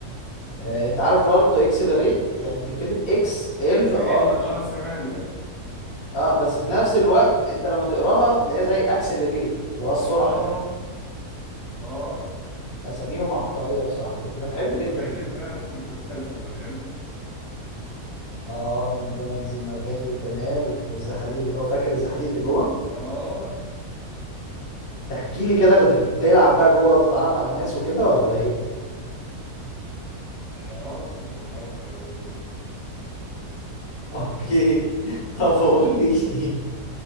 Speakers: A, on the left; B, on the left.
A: آه، انت عارف برضه اكسلريت يعني بتتكتب اكس ال
B: إكس
A: ار
B: إل آر 8
A: اه بس في نفس الوقت انت لما تقراها تلاقيها زي اكسلريت اللي هو السرعه
B: آه
A: يعني
B: آه
A: فاساميهم عبقريه بصراحه كنت بحب
B: طب وفاكر
A: جدا
B: بقى <laughs> مقدونالدز المرغني؟
A: اه ماكدونالدز المرغني والجمال والزحاليق اللي جوه فاكر الزحاليق اللي جوه
B: آه
A: احكي لي كده كنت بتلعب بقى جوه وتتعرف على ناس وكده ولا ايه
B: آه آه، كنت بتعرف على ناس جوه
A: <laughs> اوكي طب قول لي <laughs>